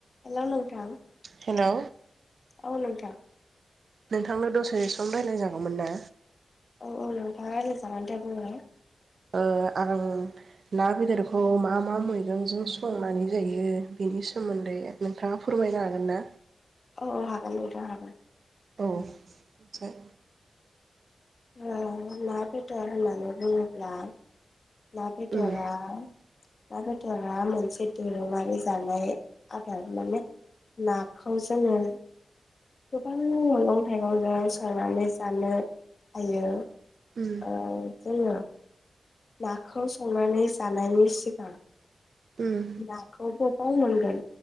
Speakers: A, on the left; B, on the right.
A: Hello नोंथां।
B: Hello
A: औ नोंथा।
B: नोंथांनो दसे सम रायलाय जागौमोन ना?
A: औ औ नोंथां रायलायजागोन दे बुंलाय
B: ओ आं ना बेदरखौ मा मा मैगंजों संनानै जायो बेनि सोमोन्दै नोंथांङा फोरमायनो हागोन ना?
A: औ औ हागोन नोंथां हागोन।
B: औ थाय
A: ओ ना बेदर होननानै बुंङोब्ला ना बेदरया
B: उम
A: ना बेदरा मोनसे दोरोंङारि जानाय आदार माने नाखौ जोंङो गोबां मैगं थाइगंजों संनानै जानो हायो।
B: उम
A: ओ जोंङो नाखौ संनानै जानायनि सिगां
B: उम
A: <unintelligible> फाव मोनगोन